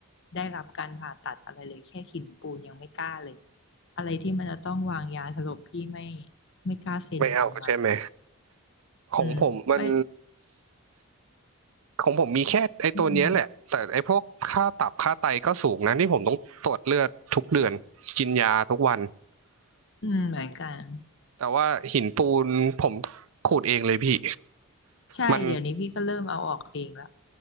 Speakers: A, on the left; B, on the right.
A: ได้รับการผ่าตัดอะไรเลยแค่หินปูนยังไม่กล้าเลยอะไรที่มันจะต้องวางยาสลบพี่ไม่ไม่กล้าเซ็นอนุมัติ
B: ไม่เอาใช่ไหม ของผมมัน
A: อืมไม่
B: ของผมมีแค่ไอ้ตัวเนี้ยแหละแต่ไอ้พวกค่าตับค่าไตก็สูงนะนี่ผมต้องตรวจเลือดทุกเดือนกินยาทุกวัน
A: อืมอืมเหมือนกัน
B: แต่ว่าหินปูนผมขูดเองเลยพี่
A: ใช่เดี๋ยวนี้พี่ก็เริ่มเอาออกเองแล้ว
B: มัน